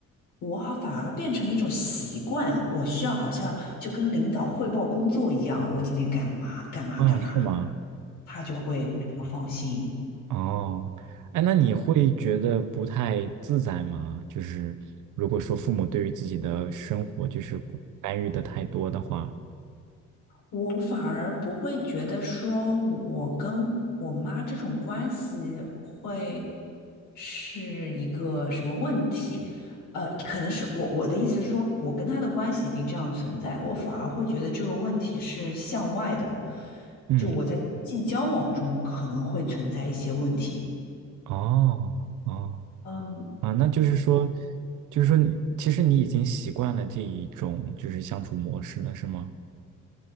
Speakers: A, on the left (about 80°); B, on the right (about 80°).
A: 我好反而变成了一种习惯，我需要好像就跟领导汇报工作一样，我今天干嘛干嘛干嘛，
B: 嗯，是吗？
A: 他就会比较放心。
B: 哦，哎，那你会觉得不太自在吗？就是如果说父母对于自己的生活就是干预的太多的话，
A: 我反而不会觉得说我跟我妈这种关系会是一个什么问题，呃，可能是我我的意思是说，我跟她的关系已经这样存在，我反而会觉得这个问题是向外的，
B: 嗯，
A: 就我在人际交往中可能会存在一些问题。
B: 哦哦
A: 嗯
B: 啊，那就是说，就是说你其实你已经习惯了这一种就是相处模式了，是吗？